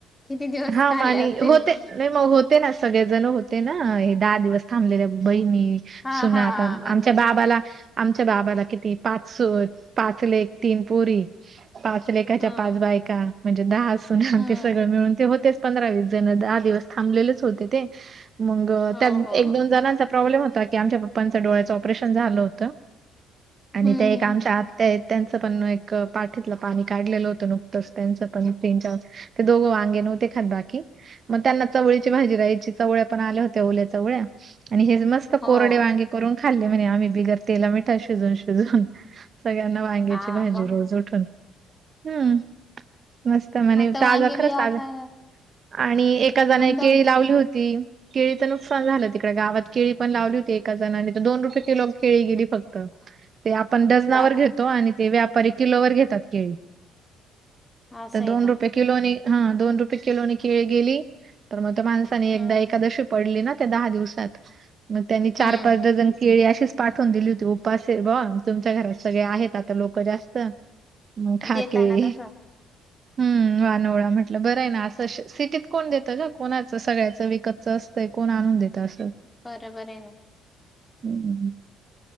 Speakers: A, on the left; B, on the right.
A: किती दिवस
B: हा
A: खाल्ले
B: मग आणि
A: असतील
B: होते नाही मग होते ना सगळेजण होते ना हे दहा दिवस थांबलेल्या बहिणी
A: हा
B: सुना
A: हा
B: आता
A: बरोबर
B: आमच्या बाबाला
A: आहे.
B: आमच्या बाबाला किती पाच सुन, पाच लेक, तीन पोरी पाच लेकाच्या
A: हा
B: पाच बायका म्हणजे दहा सूना
A: हम्म
B: ते सगळं मिळून हो पंधरा विस जण दहा दिवस थांबलेच होते ते मग
A: हो
B: त्या
A: हो
B: दोन जण प्रॉब्लेम होता की आमच्या पप्पांच डोळ्याचं ऑपरेशन झालं होत
A: हम्म
B: आणि त्या एक
A: हम्म
B: आमच्या आ ते त्यांचं पण एक पाठीतलं पाणी काढलेलं होतं नुकतंच त्यांचं पण त्यांच्या ते दोघं वांगे नवते खात बाकी मग त्यांना चवळीची भाजी राहायची चवळ्या पण आल्या होत्या ओल्या चवळ्या आणि हे मस्त
A: हो
B: कोरडे वांगे करून खाल्ले म्हणे आम्ही बिगर तेला मिठा शिजून, शिजून सगळ्यांना वांग्याची
A: हा
B: भाजी
A: मग
B: रोज उठून हम्म मस्त म्हणे
A: आता
B: ताजा
A: वांगे
B: खरंच
A: बी
B: ताजा
A: आता
B: आणि एका जनाने
A: बंद होत
B: केळी लावली होती केळीचं नुकसान झालं तिकडे गावात केळी पण लावली होती एका जणाने तर दोन रुपये किलो केळी गेली फक्त ते आपण डजनावर
A: बापरे
B: घेतो, आणि ते व्यापारी किलोवर घेतात केळी.
A: असं
B: तर
A: आहे
B: दोन
A: का
B: रुपये किलोने हा दोन रुपे किलोने केळी गेली, तर मग त्या माणसाने एकदा
A: हम्म
B: एकादशी पडली ना त्या दहा दिवसात मग त्यांनी
A: हम्म.
B: चार पाच डझन केळी अशिच पाठवून दिली होती. उपास आहे बुवा तुमच्या घरात सगळे आहेत आता लोक जास्त. म खा
A: देताना
B: केळी
A: तसं
B: हम्म वानोळा म्हटल बर नाही ना अस सिटीत कोण देत ग कोणाच सगळ्याच विकतच असत कोण आणून देत अस.
A: बरोबर आहे ना.
B: <inaudible>